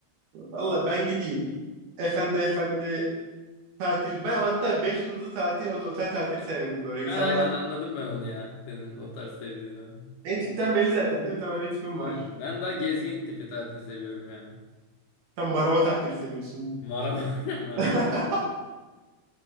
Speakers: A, on the right; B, on the left.
A: Valla ben gideyim. Efendi efendi tatilim. Ben hatta 5 yıldızlı tatil, ot- otel tatili severim böyle insanlarla.
B: Yani aynen anladım ben onu ya. Senin o tarz sevdiğini.
A: Ne tipten belli zaten değil mi? Tam öyle bir tipim var.
B: Aynen. Ben daha gezgin tipi tatil seviyorum ya.
A: Tam maraba tatili seviyorsun.
B: Maraba. <laughs> Maraba.
A: <laughs>